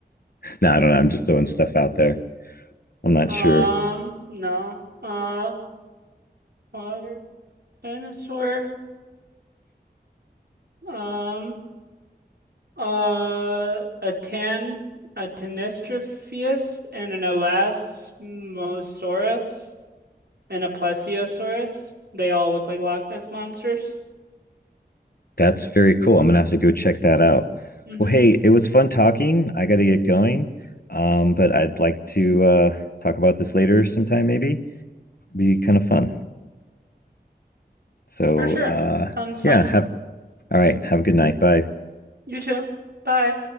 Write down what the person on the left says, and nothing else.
<laughs> no, I don't know. I'm just throwing stuff out there. I'm not
sure.
That's very cool. I'm gonna have to go check that out.
Well, hey, it was fun talking. I got to get going, um, but I'd like to uh, talk about this later sometime. Maybe It'd be kind of fun. So
uh,
yeah, have all right. Have a good night. Bye.